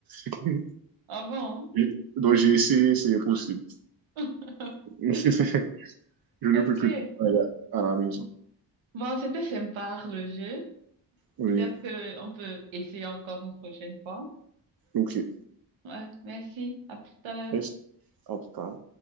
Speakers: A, on the right; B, on the right.
A: <laughs>
B: Avant.
A: Je- Donc j'ai essayé, c'est impossible.
B: <laughs>
A: <laughs> Je ne
B: Ok.
A: peux que travailler à la maison.
B: Bon, c'était sympa le jeu.
A: Oui,
B: Peut-être que on peut essayer encore une prochaine fois.
A: OK.
B: Ouais, merci. À plus tard.
A: Merci. À tout à l'heure.